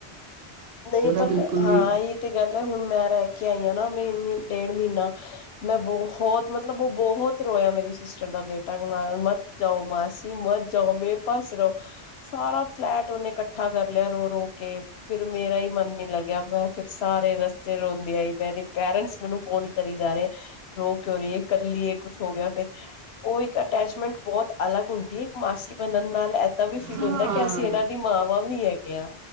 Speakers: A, on the left (about 85°); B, on the right (about 70°).
A: ਨਹੀਂ ਪਤਾ,
B: ਬਿਲਕੁਲ
A: ਹਾਂ
B: ਵੀ
A: ਇਹ ਤੇ ਗੱਲ ਹੈ, ਹੁਣ ਮੈਂ ਰਹਿ ਕੇ ਆਈ ਹਾਂ ਨਾ। ਮੈ ਡੇਢ ਮਹੀਨਾ ਮੈਂ ਬਹੁਤ ਮਤਲਬ ਉਹ ਬਹੁਤ ਰੋਇਆ ਮੇਰੀ ਸਿਸਟਰ ਦਾ ਬੇਟਾ ਮਤ ਜਾਓ ਮਾਸੀ ਮਤ ਜਾਓ ਮੇਰੇ ਪਾਸ ਰਹੋ। ਸਾਰਾ ਫਲੈਟ ਉਹਨੇ ਇਕੱਠਾ ਕਰ ਰੋ ਰੋ ਕੇ ਫਿਰ ਮੇਰਾ ਹੀ ਮਨ ਨੀ ਲੱਗਿਆ, ਮੈਂ ਫਿਰ ਸਾਰੇ ਰਸਤੇ ਰੋਂਦੀ ਆਈ ਮੇਰੇ ਪੇਰੈਂਟਸ ਮੈਨੂੰ ਫੋਨ ਕਰੀ ਜਾ ਰਹੇ ਆ ਰੋ ਕਿਉ ਰਹੀਏ ਕੱਲੀ ਏ ਕੁਛ ਹੋ ਗਿਆ ਫੇਰ ਉਹ ਇੱਕ ਅਟੈਚਮੈਂਟ ਬਹੁਤ ਅਲੱਗ ਹੁੰਦੀ ਹੈ। ਇੱਕ ਮਾਸੀ ਬਣਨ ਨਾਲ ਇਦਾ ਵੀ ਫੀਲ
B: ਹਾਂ
A: ਹੁੰਦਾ ਕਿ ਅਸੀਂ ਇਹਨਾਂ ਦੀ ਮਾਂ। <unintelligible> ਵੀ ਹੈ। ਕਿਆ।